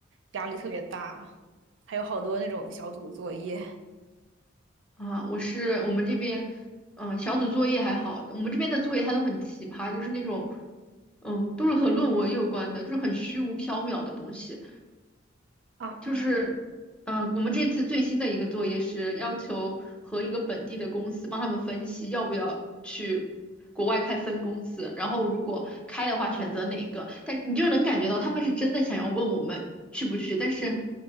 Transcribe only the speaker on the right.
压力特别大，还有好多那种小组作业。
啊。